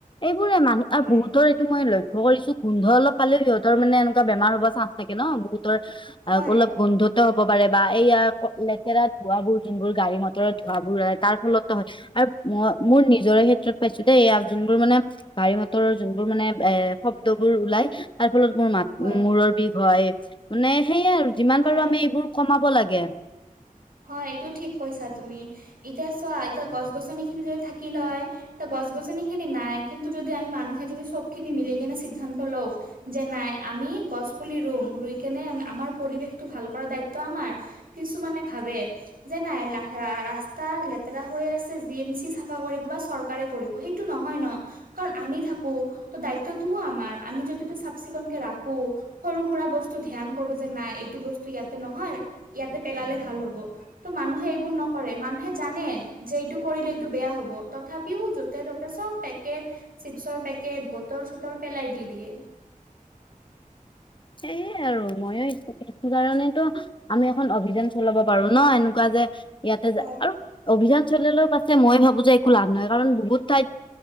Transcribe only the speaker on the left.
এইবোৰেই মানুহৰ আৰু
বহুতৰ এইটো মই ল লক্ষ্য কৰিছো গোন্ধ অলপ পালেই সিহঁতৰ মানে এনেকুৱা বেমাৰ হ'ব চাঞ্চ থাকে ন বহুত। আৰু
অলপ গোন্ধত ত হ'ব পাৰে। বা এয়া লেতেৰা ধোৱাবোৰ, যোনবোৰ গাড়ী-মটৰত ধোৱাবোৰত তাৰ ফলতো হয়। আৰু মই মোৰ নিজৰে ক্ষেত্ৰত পাইছো দেই এয়া। যোনবোৰ মানে গাড়ী-মটৰৰ যোনবোৰ মানে এ শব্দবোৰ ওলাই, তাৰ ফলত মোৰ মাত
মূৰৰ বিষ হয়। মানে সেয়াই আৰু যিমান
পাৰো আমি এইবোৰ কমাব লাগে।
সেয়েই আৰু ময়ে সেইটো কাৰণেতো আমি এখন অভিযান চলাব পাৰো ন, এনেকুৱা যে ইয়াতে
যা আৰু অভিযান চলালেও পাছে মই ভাবো যে একো লাভ নহয়। কাৰণ বহুত ঠাইত